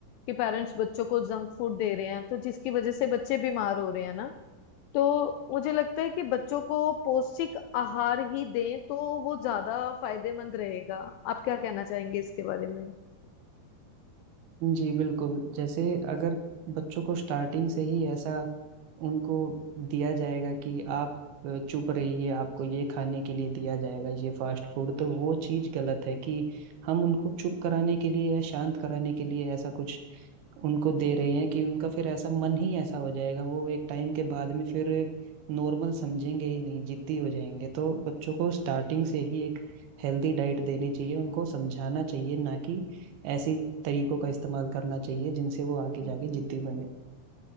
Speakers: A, on the left; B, on the right.
A: कि पेरेंट्स बच्चों को जंक फूड दे रहे हैं तो जिसकी वजह से बच्चे बीमार हो रहे हैं ना तो मुझे लगता है कि बच्चों को पौष्टिक आहार ही दें तो वो ज्यादा फायदेमंद रहेगा आप क्या कहना चाहेंगे इसके बारे में
B: जी बिल्कुल जैसे अगर बच्चों को स्टार्टिंग से ही ऐसा उनको दिया जाएगा कि आप अ, चुप रहिए आपको ये खाने के लिए दिया जाएगा ये फास्ट फूड तो वो चीज़ गलत है कि हम उनको चुप कराने के लिए या शांत कराने के लिए ऐसा कुछ उनको दे रहे हैं कि उनका फिर ऐसा मन ही ऐसा हो जाएगा वो एक टाइम के बाद में फिर नॉर्मल समझेंगे ही नहीं जिद्दी हो जाएंगे तो बच्चों को स्टार्टिंग से ही एक हेल्दी डाइट देनी चाहिए उनको समझाना चाहिए ना कि ऐसी तरीकों का इस्तेमाल करना चाहिए जिनसे वो आगे जाके जिद्दी बने